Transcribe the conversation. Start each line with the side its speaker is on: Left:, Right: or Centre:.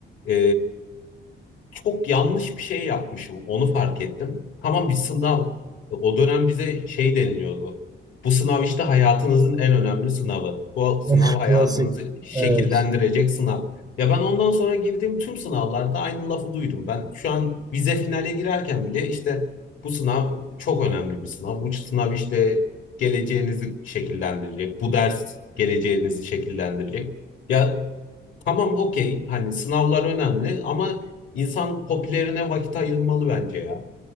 Left: e, çok yanlış bir şey yapmışım. Onu fark ettim. Tamam bir sınav. O dönem bize şey deniliyordu. Bu sınav işte hayatınızın en önemli sınavı. Bu sınav
Right: Of,
Left: hayatınızı
Right: klasik.
Left: şekillendirecek
Right: Evet.
Left: sınav. Ya ben ondan sonra girdiğim tüm sınavlarda aynı lafı duydum. Ben şu an vize finale girerken bile işte bu sınav çok önemli bir sınav. Bu sınav işte geleceğinizi şekillendirecek. Bu ders geleceğinizi şekillendirecek. Ya Tamam okey hani sınavlar önemli ama insan hobilerine vakit ayırmalı bence ya.